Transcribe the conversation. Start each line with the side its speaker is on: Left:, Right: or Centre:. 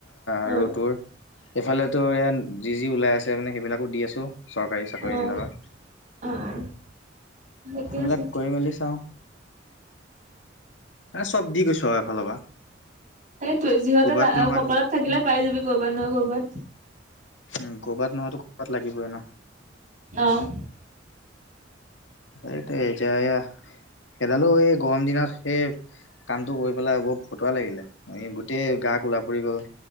Left: আৰু
Right: অ
Left: তোৰ, এইফালে তোৰ এয়া যি যি ওলাই আছে মানে সেইবিলাকো দি আছোঁ। চৰকাৰী চাকৰি
Right: অ
Left: বিলাকৰ,
Right: অ অ ঠিকে
Left: সেইবিলাক
Right: আছে
Left: কৰি মেলি চাওঁ, এ, চ'ব দি গৈছো আৰু এফালৰ পৰা।
Right: সেইটোৱেই যিহেতে
Left: ক'ৰবাত নহয়
Right: এ- কপালত থাকিলে পাই যাবি, কৰ'বাত নহয় ক'ৰবাত।
Left: উম', ক'ৰবাত নহয়তো ক'ৰবাত লাগিবই ন।
Right: অ'।
Left: এতিয়া এয়া, সেইডালো এই গৰম দিনত সে কামটো কৰি পেলাই বহুত ফতুৱা লাগিলে, এই গোটেই গা কলা পৰি গ'ল।